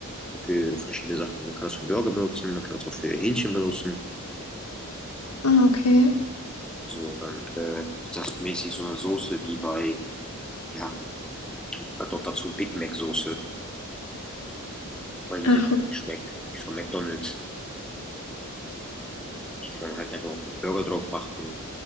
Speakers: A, in the centre; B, on the left (about 75°).
A: So für verschiedene Sachen. Man kann es für Burger benutzen, man kann es auch für Hähnchen benutzen.
B: Ah, okay.
A: So, und dann äh, ist das mäßig so eine Soße wie bei, ja, hat auch dazu Big Mac Soße, weil die
B: Ach,
A: so ähnlich schmeckt wie von McDonald's. Die kann man halt einfach auch auf Burger drauf machen